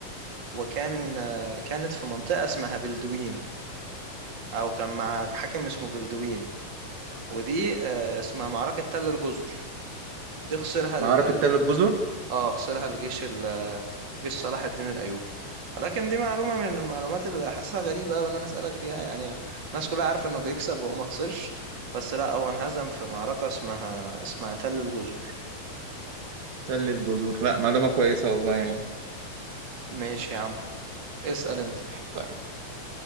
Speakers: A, on the right (about 30°); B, on the right (about 70°).
A: وكان آه كانت في منطقة اسمها بلدوين أو كان مع حاكم اسمه بلدوين ودي آه، اسمها معركة تل الجزر دي خسرها ال...
B: معركه
A: ال-
B: تل الجزر
A: اه خسرها الجيش ال... جيش صلاح الدين الأيوبي ولكن دي معلومة من المعلومات اللي حاسسها غريبة أوي إن أنا أسألك فيها يعني الناس كلها عارفة إنه بيكسب وهو ما خسرش بس لا هو انهزم في معركة اسمها اسمها تل الجزر
B: تل الجزر لا معلومة كويسة والله يعني
A: ماشي يا عم اسأل أنت
B: طيب